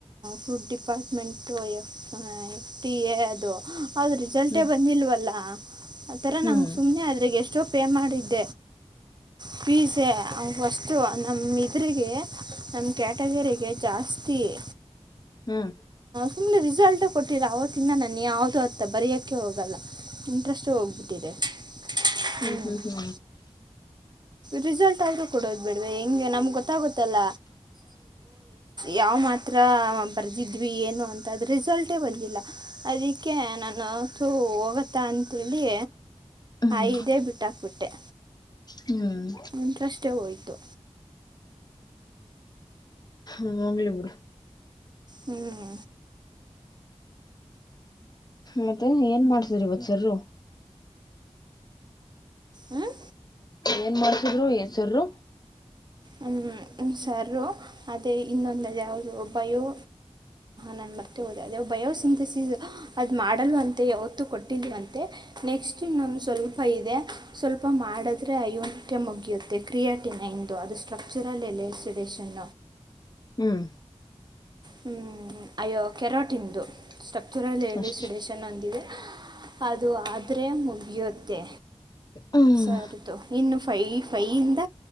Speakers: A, on the right; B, on the left.
A: food department F T A ಅದು ಹೌದ್ ರಿಸಲ್ಟೇ
B: ಹ್ಮ್
A: ಬಂದಿಲ್ವಲ್ಲಾ ಆತರ
B: ಹ್ಮ್
A: ನಂ್ ಸುಮನೆ ಆದದ್ರಗ್ ಎಷ್ಟೋ ಪೇ ಮಾಡಿದ್ದ ಪಸೆ ವಸ್ತು ನಮ್ಮ ಇದ್ರರಿಗೆ ನಮ್ಮ ಕ್ಯಾಟಗರಿ ರಿಗೆಜಾಸ್ತಿಯೇ
B: ಹ್ಮ್
A: ತುಮ ರಿಸಲ್ಟ ಕೊಟ್ಟರ ಆವತ್ತಿಂದ ನಾನು ಯಾವುದು ಅತ್ತ ಬರಯೋಕ್ಕೆ ಹೋಗಲ್ಲ ಇಂಟ್ರೆಸ್ಟೇ ಹೋಗ್ಬಿಟ್ಟಿದೆ ಹ್ಞೂ
B: ಹ್ಮ ಹ
A: ರಿಸಲ್ಟ್ ಆದ್ರರು ಕೊಡೋದು ಬಿಡ್ರ ಹೆಂಗೆ ನಮ್ಗೆ ಗೊತ್ತಾಗತ್ತಲ್ಲ ಯಾವ ಮಾತ್ರ ಬರೆದಿದ್ವಿ ಏನು ಅಂತ ರಿಸಲ್ಟೇ ಬಂದಿಲ್ಲ ಅದಕ್ಕೆ ನಾನು ದು ಹೋಗತ್ತ ಅಂಂತೇಳಿ
B: ಹ್ಮ್
A: ಐದೇ ಬಿಟ್ಟಾಕ್ಬಿಟ್ಟೆ
B: ಹ್ಮ್
A: ಇಂಟ್ರಸ್ಟೆ ಯೋತು
B: ಹ್ಮ ಹೋಗ್ಲಿಬಿಡು
A: ಹ್ಮ್
B: ಮತ್ತೆ ಏನ್ ಮಾಡ್ತರೆ ಇವತ್ತು ಸರ್
A: ಹ್ಞೂ
B: ಏನ್ ಮಾಡ್ಸಿದ್ರು ಸರ್ ರು
A: ಹ್ಮ್ ನಮ್ ಸಾರು ಅದೇ ಇನ್ನೊಂದು ಯಾವ್ದದು ಬಯೋ ನಾನು ಮರತೇ ಹೋದೆ ಅದು ಬಯೋ ಬಯೋಸಿಂಥಸಿಸ್ ಅದ್ ಮಾಡಲವ ಅಂತೆ ಯಾವತ್ತು ಕೊಟ್ಟಲ್ ಅಂತೆ ನೆಕ್ಸ್ಟ್ ಇನೊಂದು ಸ್ವಲ್ಪ ಇದೆ ಸ್ವಲ್ಪ ಮಾಡಿದ್ರೆ ಅಐನಟ ಮುಗಿಯುತ್ತೆ ಕ್ರಿಯಾಟಿನ ಇಂದು ಅ ಸ್ಟ್ರಕ್ಚುರಲ್ ಎಲೆಸ್ಡೇಷನ್
B: ಹ್ಮ್
A: ಹ್ಮ್ ಅಯ್ಯೋ ಕೆರಾಟ ಇಂದು ಸ್ಟಕ್ಚೂರಲ್ಲಿ
B: ಅಷ್ಟೇ
A: ಎ ಸಡೇಶನ್ ಒಂದಿದೆ ಅದು ಆದ್ರೆ ಮುಗಿಯುತ್ತೆ
B: ಹ್ಮ್
A: ಸರಿದುು ಇನ್ನು ಫೈ ಫೈಯಿಂದ